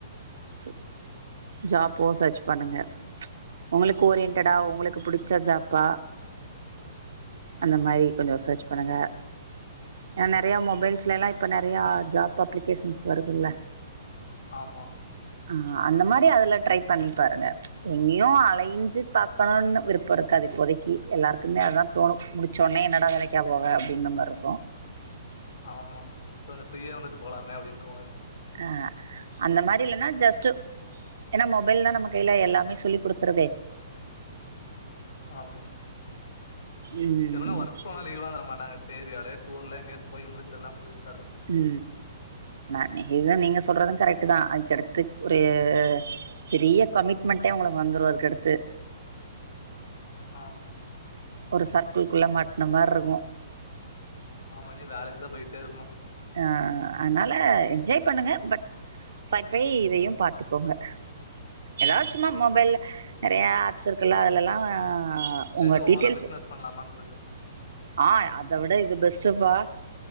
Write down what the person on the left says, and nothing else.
ஓ
ஓகே
ஆமா
ஆமா சோ ஃப்ரீயா வந்துட்டு போலாமே அப்டின்னு தோனுது
ஆமா
இப்ப எனா ஒர்க் போன லீவ்லா தர மாட்டாங்க சி ஏரியால டூர்லா எங்கயாச்சு போய்முடிச்ச எல்லா முடிச்சு
ஆமா
ஆமா இனி வேலைக்கு தா போய்ட்டே இருக்கணு
ம்
இல்லாட்டி
ஓனா பிசினஸ் பண்ணலாமான்ருக்கு